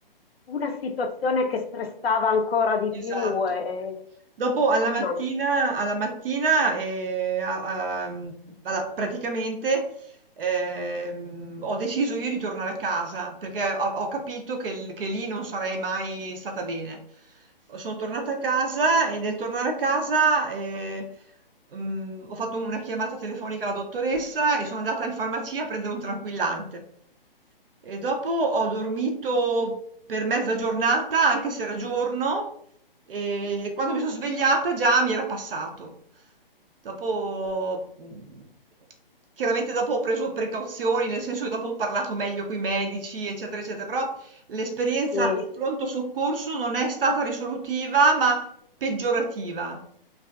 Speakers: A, on the left; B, on the right.
A: una situazione che stressava ancora di
B: esatto.
A: più. e-
B: Dopo
A: Mamma
B: alla mattina
A: mia.
B: alla mattina, ehm, a a mhmm, alla praticamente, ehm, ho deciso io di tornare a casa, perché ho ho capito che l che lì non sarei mai stata bene. Son tornata a casa e nel tornare a casa, ehm, mhmm, ho fatto una chiamata telefonica alla dottoressa e sono andata in farmacia a prendere un tranquillante. E dopo ho dormito per mezza giornata, anche se era giorno, e quando mi sono svegliata già mi era passato. Dopo, mh, chiaramente dopo ho preso precauzioni, nel senso che dopo ho parlato meglio con i medici, eccetera, eccetera, però l'esperienza
A: Sì.
B: del pronto soccorso non è stata risolutiva, ma peggiorativa.